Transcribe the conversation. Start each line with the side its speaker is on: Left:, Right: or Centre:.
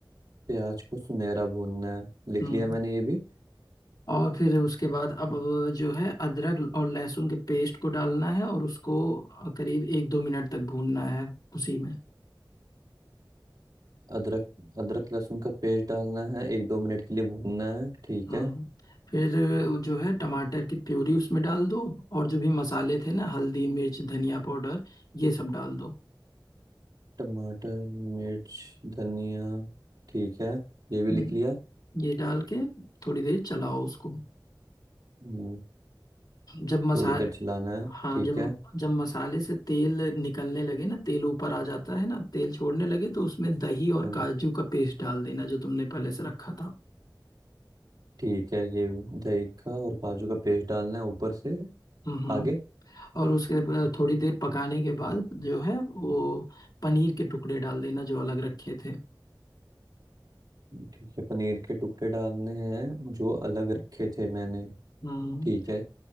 Right: प्याज को सुनहरा भूनना है लिख
Left: हम्म
Right: लिया मैंने ये भी
Left: और फिर उसके बाद अब अब जो है अदरक और लहसुन के पेस्ट को डालना है और उसको अ, करीब एक दो मिनट तक भूनना है उसी में
Right: अदरक अदरक लहसुन का पेस्ट डालना है एक दो मिनट के लिए भूनना है ठीक
Left: हम्म
Right: है
Left: फिर जो है टमाटर की प्यूरी उसमें डाल दो और जो भी मसाले थे ना हल्दी मिर्च धनिया पाउडर ये सब डाल दो
Right: टमाटर मिर्च धनिया ठीक है ये भी
Left: हम्म,
Right: लिख लिया
Left: ये डाल के थोड़ी देर चलाओ उसको
Right: हम्म,
Left: जब मसा
Right: थोड़ी देर चलाना है
Left: हाँ
Right: ठीक
Left: जब
Right: है
Left: जब मसाले से तेल निकलने लगे ना तेल ऊपर आ जाता है ना तेल छोड़ने लगे तो उसमें दही और
Right: हम्म,
Left: काजू का पेस्ट डाल देना जो तुमने पहले से रखा था
Right: ठीक है ये दही का और काजू का पेस्ट डालना है ऊपर से
Left: हम्म
Right: आगे
Left: और उसके ब- थोड़ी देर पकाने के बाद जो है वो पनीर के टुकड़े डाल देना जो अलग रखे थे
Right: ठीक है पनीर के टुकड़े डालने हैं जो अलग रखे थे मैंने
Left: हम्म
Right: ठीक है